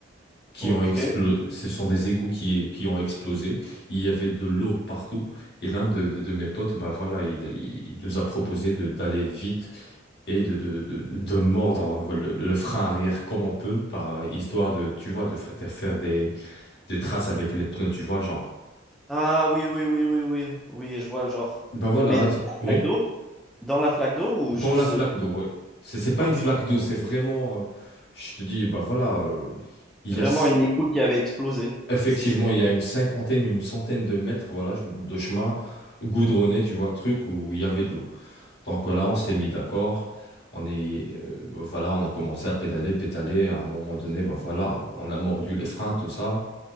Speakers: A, on the left; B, in the centre.
A: qui
B: Donc
A: ont explosé. Ce sont des égouts qui, qui ont explosé. Il y avait de l'eau partout. Et l'un de, de, de mes potes, bah voilà, il, il nous a proposé de d'aller vite et de, de, de, de mordre le, le frein arrière comme on peut, par histoire de, tu vois, de, f- de faire des, des traces avec les pneus, tu vois, le genre.
B: Ah oui, oui, oui, oui, oui. Oui, je vois le genre.
A: Bah voilà,
B: Mais des
A: et ça- oui.
B: flaques d'eau? Dans la flaque d'eau ou
A: Dans
B: juste...
A: la flaque
B: euh,
A: d'eau, oui. C'est c'est pas
B: Ok,
A: une flaque d'eau, c'est vraiment. euh, je te dis, bah voilà, euh, il
B: c'est
A: y
B: vraiment
A: a s-
B: une écho qui avait explosé.
A: effectivement,
B: C'était...
A: il y a une cinquantaine, une centaine de mètres, voilà, de chemin goudronné, tu vois, le truc où il y avait de l'eau. Donc voilà, on s'est mis d'accord. On est, euh, voilà, on a commencé à pédaler, pédaler. À un moment donné, bah voilà, on a mordu les freins, tout ça.